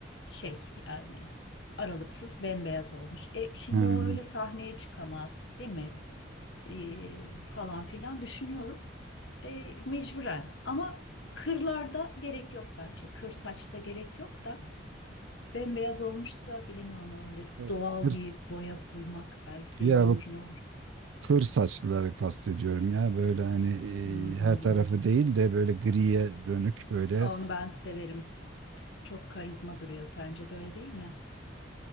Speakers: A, on the left; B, on the right.
A: şey yani aralıksız bembeyaz olmuş. E şimdi
B: Hı
A: o öyle sahneye çıkamaz değil mi? E, falan filan düşünüyorum. E, mecburen ama kırlarda gerek yok bence. Kır saçta gerek yok da Bembeyaz olmuşsa bilemiyorum ama öyle
B: Kır,
A: doğal
B: kır-
A: bir boya bulmak belki
B: ya
A: mümkün
B: bu
A: olur.
B: kır saçlıları kastediyorum ya böyle hani
A: Hı
B: e, her
A: hı.
B: tarafı değil de böyle griye dönük böyle
A: Onu ben severim. Çok karizma duruyor. Sence de öyle değil mi?